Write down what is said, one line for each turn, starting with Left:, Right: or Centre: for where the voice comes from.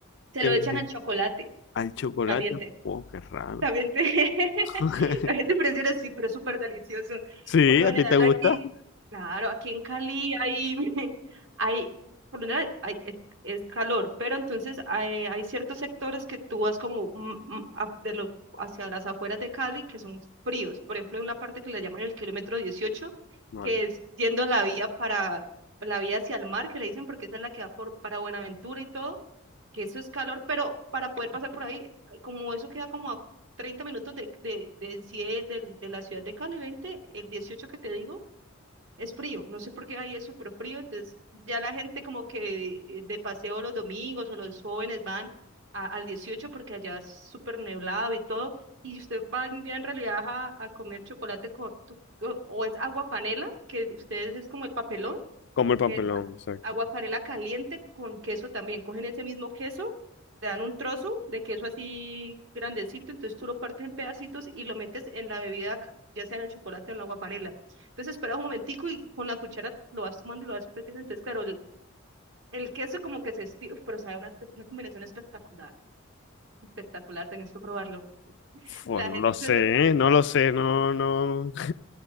Right: se
Left: eh,
Right: lo echan al chocolate
Left: al chocolate.
Right: caliente.
Left: Oh, qué raro.
Right: También te, <laughs>
Left: <laughs>
Right: también te presiona, sí, pero es súper delicioso.
Left: Sí,
Right: Por lo
Left: ¿a
Right: general
Left: ti te gusta?
Right: aquí, claro, aquí en Cali hay, <laughs> hay, por lo general hay, es, es calor, pero entonces hay, hay ciertos sectores que tú vas como mm, mm, a- de los, hacia las afueras de Cali que son fríos. Por ejemplo, hay una parte que le llaman el kilómetro 18
Left: Vale.
Right: que es yendo la vía para, la vía hacia el mar, que le dicen porque esa es la que va por, para Buenaventura y todo, que eso es calor, pero para poder pasar por ahí como eso queda como a Treinta minutos de, de, de, en sí de, de- de la ciudad de Cali, 20 el 18 que te digo, es frío. No sé por qué ahí es súper frío. Entonces, ya la gente como que eh, de paseo los domingos o los jóvenes van a- al 18 porque allá es súper neblado y todo. Y usted va ya en realidad a, a comer chocolate con, tu- o o es agua panela, que ustedes es como el papelón
Left: Como el papelón,
Right: que Esa.
Left: exacto.
Right: Aguaparela caliente con queso también. Cogen ese mismo queso, te dan un trozo de queso así grandecito, entonces tú lo partes en pedacitos y lo metes en la bebida, ca- ya sea en el chocolate o en la aguaparela. Entonces esperas un momentico y con la cuchara lo vas tomando y lo vas metiendo. Entonces, claro, el, el queso como que se estira, pero sabe una, espe- una combinación espectacular. Espectacular, tenés que probarlo.
Left: Oh,
Right: La
Left: no
Right: gente
Left: lo sé,
Right: se sorprende.
Left: ¿eh? No lo sé, no, no.